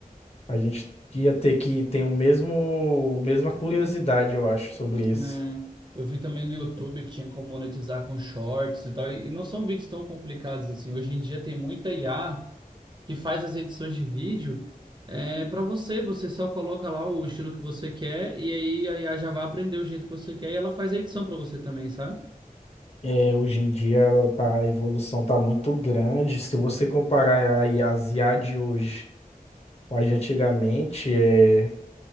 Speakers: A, on the left (about 45°); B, on the right (about 30°).
A: a gente ia ter que ter o mesmo, mesma curiosidade, eu acho, sobre isso.
B: né, eu vi também no YouTube que tinha como monetizar com shorts e tal. E, e não são vídeos tão complicados assim. Hoje em dia tem muita IA que faz as edições de vídeo é, para você. Você só coloca lá o estilo que você quer e aí a IA já vai aprender o jeito que você quer e ela faz a edição para você também, sabe?
A: É, hoje em dia ela tá, a evolução tá muito grande. Se você comparar a as IA de hoje com a de antigamente, é